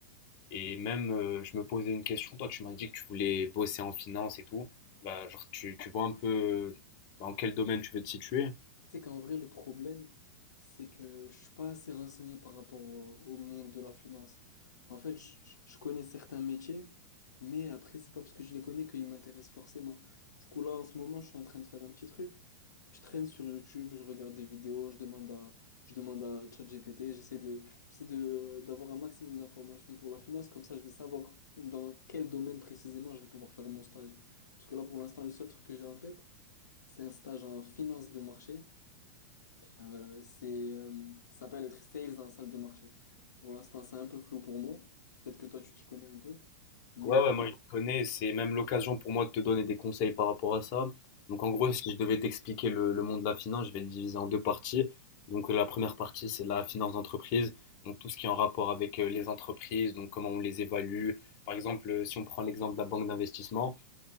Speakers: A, on the left (about 45°); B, on the left (about 80°).
A: Et même, euh, je me posais une question. Toi, tu m'as dit que tu voulais bosser en finance et tout. Bah, genre, tu, tu vois un peu euh, dans quel domaine tu veux te situer?
B: C'est qu'en vrai, le problème, c'est que je suis pas assez renseigné par rapport au, au monde de la finance. En fait, je, je- je connais certains métiers, mais après, c'est pas parce que je les connais qu'ils m'intéressent forcément. Du coup, là, en ce moment, je suis en train de faire un petit truc. Je traîne sur YouTube, je regarde des vidéos, je demande à, je demande à ChatGPT, j'essaie de, j'essaie de, d'avoir un maximum d'informations pour la finance, comme ça, je vais savoir dans quel domaine précisément je vais pouvoir faire mon stage. Parce que là, pour l'instant, le seul truc que j'ai en tête, c'est un stage en finance de marché. Euh, c'est, euh, ça s'appelle être sales en salle de marché. Pour l'instant, c'est un peu flou pour moi. Peut-être que toi, tu t'y connais un peu. Mais
A: Ouais, ouais, moi je connais, c'est même l'occasion pour moi de te donner des conseils par rapport à ça. Donc en gros, si je devais t'expliquer le, le monde de la finance, je vais le diviser en deux parties. Donc euh, la première partie, c'est la finance d'entreprise, donc tout ce qui est en rapport avec euh, les entreprises, donc comment on les évalue. Par exemple, euh, si on prend l'exemple de la banque d'investissement,